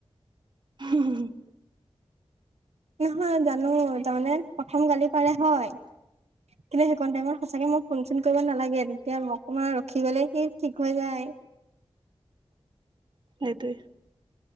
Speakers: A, on the right; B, on the right.
A: হু হু হু <unintelligible>
B: নহয় জানো তাৰমানে প্ৰথম গালি পাৰে হয় কিন্তু সেইখন টাইমত সঁচাকে মোক ফোন চোন কৰিব নালাগে তেতিয়া অকণমান ৰখি গলে সি <unintelligible> ঠিক হৈ যায়
A: সেইটোৱে